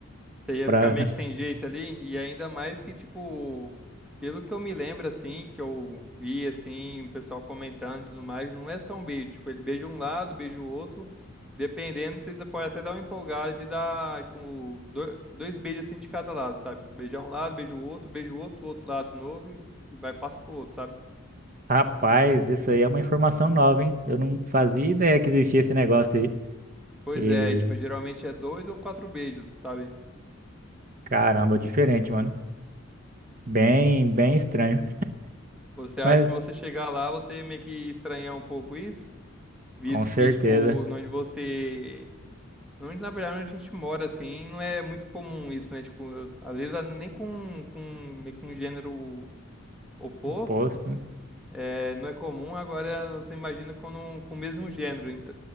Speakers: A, in the centre; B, on the right.
A: Você ia
B: Pra...
A: ficar meio
B: <laughs>
A: que sem jeito ali, e ainda mais que, tipo, pelo que eu me lembro, assim, que eu vi, assim, o pessoal comentando e tudo mais, não é só um beijo, tipo, ele beija um lado, beija o outro, dependendo, você dá- pode até dar uma empolgada de dar, tipo, do- dois beijos, assim, de cada lado, sabe? Tipo, Beijar um lado, beija o outro, beija o outro, outro lado de novo, e, e vai, passa pro outro, sabe?
B: Rapaz, isso aí é uma informação nova, hein? Eu não fazia ideia que existia esse negócio aí.
A: Pois
B: E
A: é, e, tipo, geralmente é dois ou quatro beijos, sabe?
B: caramba, diferente, mano. Bem, bem estranho.
A: Você acha
B: Mas
A: que você chegar lá, você meio que estranhar um pouco isso? Visto
B: com certeza.
A: que, tipo, onde você Onde, na verdade, onde a gente mora, assim, não é muito comum isso, né? Tipo, eu- às vezes a- nem com, com, meio que um gênero oposto,
B: Oposto. né?
A: é, não é comum, agora você imagina com, um- com o mesmo gênero ent-